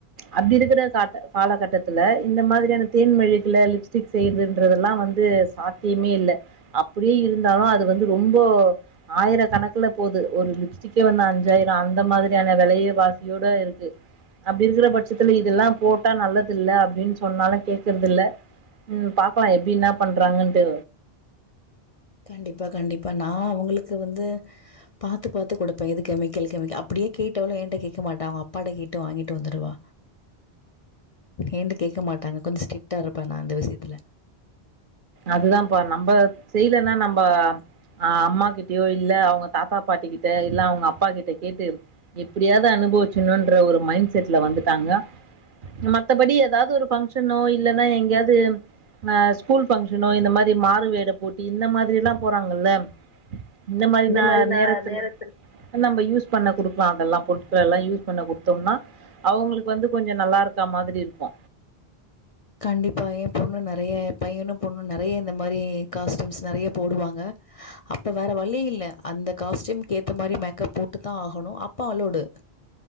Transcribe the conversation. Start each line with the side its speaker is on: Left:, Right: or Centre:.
Right: அப்படி இருக்கிற கா காலகட்டத்துல இந்த மாதிரியான தேன் மெழுகுல லிப்ஸ்டிக் செய்றது ன்றதெல்லா வந்து சாத்தியமே இல்ல அப்படியே இருந்தாலு அது வந்து ரொம்போ ஆயிர கணக்குல போது ஒரு லிப்ஸ்டிக்கே வந்து அஞ்சாயிர அந்த மாதிரியான வெலைய வாசியோட இருக்கு அப்படி இருக்கிற பட்சத்துல இதெல்லாம் போட்டா நல்லதில்ல அப்படின்னு சொன்னாலு கேக்கறதில்ல ம் பா க்லா எப்பிடி என்னா பண்றாங்கன்ட்டு
Left: கண்டிப்பா கண்டிப்பா நா அவுங்களுக்கு வந்து பாத்து பாத்து குடுப்பே இது கெமிக்கல் கெமிக்கல் அப்படியே கேட்டாலும் என்ட்ட கேக்க மாட்டா அவுங்க அப்பாட்ட கேட்டு வாங்கிட்டு வந்துடுவா ஏண்டு கேக்க மாட்டாங்க கொஞ்ச ஸ்ட்ரிக்ட் ஆ இருப்பே நா அந்த விஷயத்துல
Right: அதுதாம்ப்பா நம்ம செய்யலன்னா நம்மஹ் அம்மா கிட்டயோ இல்ல அவங்க தாத்தா பாட்டி கிட்ட இல்ல அவங்க அப்பா கிட்ட கேட்டு எப்படியாவது அனுபவிச்சணும்ன்ற ஒரு மைண்ட் செட்ல வந்துட்டாங்க மத்தபடி ஏதாவது ஒரு பங்க்ஷனோ இல்லன்னா எங்கயாவது அஹ் ஸ்கூல் பங்க்ஷனோ இந்த மாதிரி மாறு வேட போட்டி இந்த மாதிரிலாம் போறாங்க ல இந்த மாதிரி
Left: மாரி நா
Right: நேரத்துல
Left: நேரத்தில்
Right: நம்ம யூஸ் பண்ண குடுக்கலா அதெல்லா பொருட்கள எல்லா யூஸ் பண்ண குடுத்தோம்னா அவங்களுக்கு வந்து கொஞ்ச நல்லா இருக்கா மாதிரி இருக்கு
Left: கண்டிப்பா எம் பொண்ணு நறைய பையனு பொண்ணு நறைய இந்த மாரி காஸ்டயூம்ஸ் நறைய போடுவாங்க அப்ப வேற வழி இல்ல அந்த காஸ்ட்யூம்க்கு ஏத்த மாரி மேக்கப் போட்டுத்தா ஆகணு அப்ப அலவ்டு